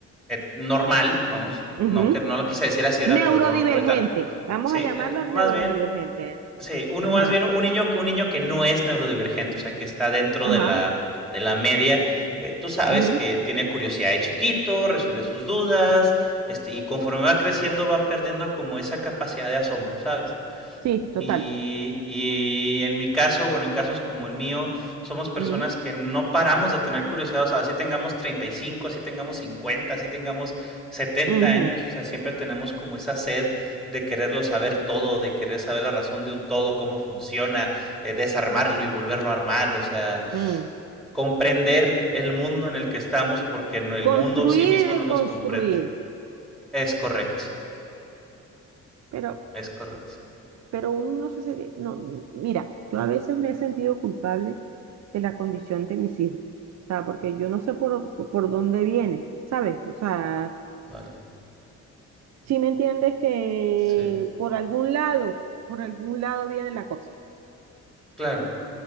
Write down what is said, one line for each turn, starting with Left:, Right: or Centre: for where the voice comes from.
Centre: eh, normal, vamos, no,
Right: ujú.
Centre: que, no lo quise decir así era,
Right: Neurodivergente.
Centre: pero no, ahorita,
Right: Vamos
Centre: sí,
Right: a llamarlo
Centre: eh,
Right: neurodivergente.
Centre: más bien, sí, un,
Right: Ajá,
Centre: más bien un niño, un niño que no es neurodivergente, o sea, que está dentro
Right: ajá.
Centre: de la, de la media, eh, tú sabes
Right: ujú.
Centre: que tiene curiosidad de chiquito, resuelve sus dudas, este, y conforme va creciendo va perdiendo como esa capacidad de asombro, ¿sabes?
Right: Sí, total.
Centre: Y, y en mi caso, bueno, en casos como el mío, somos personas
Right: Mm,
Centre: que no paramos de tener curiosidad. O sea, así tengamos treinta y cinco así tengamos cincuenta así tengamos setenta
Right: ujú,
Centre: años. O sea, siempre tenemos como esa sed de quererlo saber todo, de querer saber la razón de un todo, cómo funciona, eh, desarmarlo y volverlo a armar. O sea,
Right: mm.
Centre: comprender el mundo en el que estamos porque no, el
Right: Construir
Centre: mundo sí mismo
Right: y deconstruir.
Centre: no nos comprende. Es correcto,
Right: Pero
Centre: es correcto.
Right: pero uno no se... se- No, mira, yo a veces me he sentido culpable de la condición de mis hijos, o sea, porque yo no sé por, por dónde vienen, ¿sabes? O sea,
Centre: Vale.
Right: si me entiendes que
Centre: Sí,
Right: por algún lado, por algún lado viene la cosa.
Centre: claro.